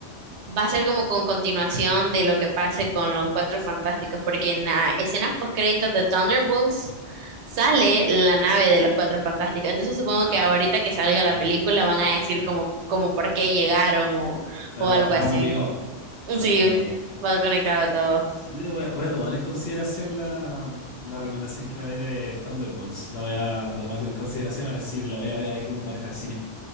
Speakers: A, on the right; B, on the left.
A: va a ser como con continuación de lo que pase con los Cuatro Fantásticos, porque en las escenas postcréditos de Thunderbolts sale la nave de los Cuatro Fantásticos. Entonces supongo
B: Ah,
A: que ahorita que salga la
B: ya.
A: película van a decir
B: Claro,
A: como, como por qué llegaron o,
B: claro,
A: o algo
B: va, va
A: así.
B: más ligado.
A: Sí,
B: Va ligado.
A: va conectado todo.
B: Mira, Voy a, voy a tomar en consideración la, la recomendación que me dais de Thunderbolts. La voy a tomar en consideración a ver si la voy a ver ahí con mi pareja al cine.